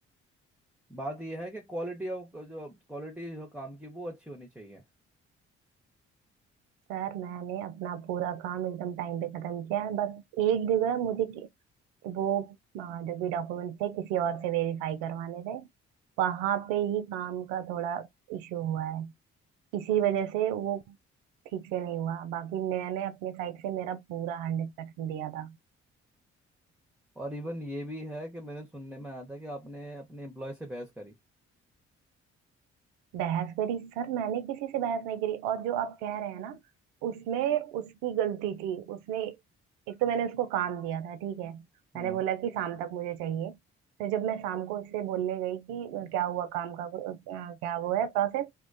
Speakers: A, in the centre; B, on the right.
A: बात यह है कि क्वालिटी ऑफ जो क्वालिटी जो काम की वो अच्छी होनी चाहिए
B: सर मैंने अपना पूरा काम एकदम टाइम पे खत्म किया है बस एक जगह मुझे कि- वो आ, जो भी डॉक्यूमेंट थे किसी और से वेरीफाई करवाने थे वहां पे ही काम का थोड़ा इशू हुआ है इसी वजह से वो ठीक से नहीं हुआ बाकी मैंने अपने साइड से मेरा पूरा हंड्रेड परसेंट दिया था
A: और इवन ये भी है कि मैंने सुनने में आया था कि आपने अपने एम्प्लॉय से बहस करी
B: बहस करी सर मैंने किसी से बहस नहीं करी और जो आप कह रहे हैं ना उसमें उसकी गलती थी उसने एक तो मैंने उसको काम दिया था ठीक है
A: हाँ
B: मैंने बोला कि शाम तक मुझे चाहिए फिर जब मैं शाम को उससे बोलने गई कि क्या हुआ काम का अ, क्या वो है प्रोसेस